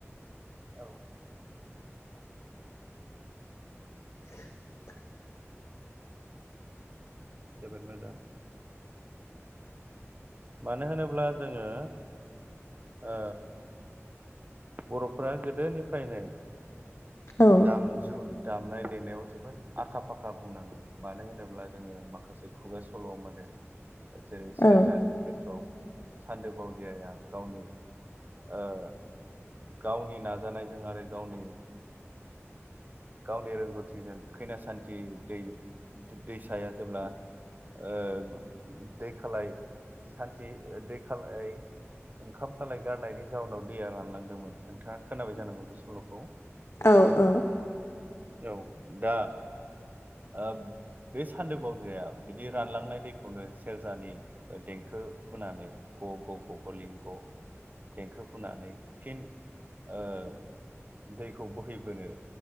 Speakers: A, on the right (about 35°); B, on the left (about 65°).
A: औ
B: <inaudible>
A: जोबोद मोजां मानो होनोब्ला जोङो ओ बर'फोरा गोदोनिफ्रायनो
B: औ
A: दामजु दामनाय गेलेनायाव जोबोद आखा फाखा बुंनांगोन मानो होनोब्ला जोङो माखासे खुगा सल' मोनो जेरै सेरजानि
B: औ
A: खेथ्र'आव सान्दो बावदियाया गावनि ओ गावनि नाजानायजों आरो गावनि गावनि रोंगौथिजों खैना सान्थि दै दैसाया जेब्ला ओ दै खालाय सान्थि ओ दै खालाय ओंखाम खालाय गारनायनि जाउनाव दैया रान लांदोंमोन नोंथाङा खोनाबाय जानांगौ बे सल'खौ एसेबाबो
B: औ औ
A: औ दा ओ बे सान्दो बावदाया बिदि रानलांनाय दैखौनो सेरजानि ओ देंखो हुनानै ग ग ग गि लिं ग' देंखो हुनानै फिन ओ दैखौ बोहैबोनो